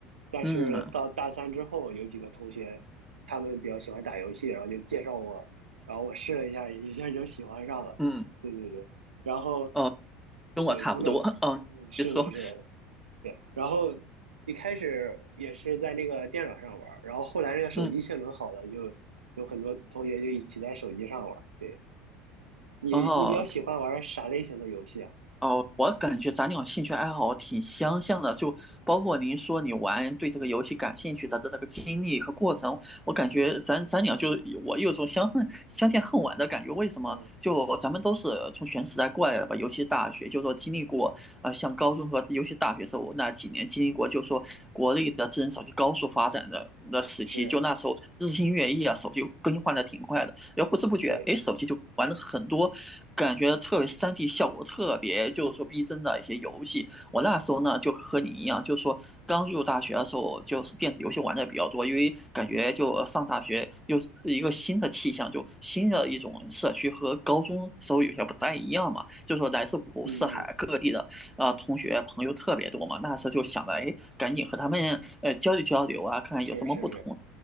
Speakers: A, on the right; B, in the centre.
A: 但是到大三之后，
B: 嗯，
A: 有几个同学他们比较喜欢打游戏，然后就介绍我，然后我试了一下，一下就喜欢上了。
B: 嗯，
A: 对对对，然后。
B: 哦，跟我差不多，
A: 对，从那，
B: 嗯，
A: 嗯是的，
B: 你说，
A: 是的，对。然后一开始也是在那个电脑上玩儿，然后后来那个手机性能好了，
B: 嗯。
A: 就有很多同学就一起在手机上玩儿。对，你你比较喜欢玩儿啥类型的游戏啊？
B: 哦，哦，我感觉咱俩兴趣爱好挺相像的，就包括您说你玩对这个游戏感兴趣的的那个经历和过程，我感觉咱咱俩就我有种相恨相见恨晚的感觉。为什么？
A: 嗯，
B: 就咱们都是从全时代过来的吧，尤其大学，就说经历过呃，像高中和尤其大学时候那几年经历过，就说国内的智能手机高速发展的的时期，
A: 是，
B: 就那时候日新月异啊，手机更新换的挺快的。然后不知不觉，
A: 对，
B: 哎，手机就玩了很多，感觉特别 3D 效果特别就是说逼真的一些游戏。我那时候呢，就和你一样，就是说刚入大学的时候，就是电子游戏玩的比较多，因为感觉就上大学又是一个新的气象，
A: 嗯
B: 就新的一种社区和高中时候有些不太一样嘛，就是说来自五湖四海各地的啊、
A: 嗯嗯，
B: 呃同学朋友特别多嘛，那时候就想着，哎，赶紧和他们呃交流交流啊，看看有什么不同
A: 是是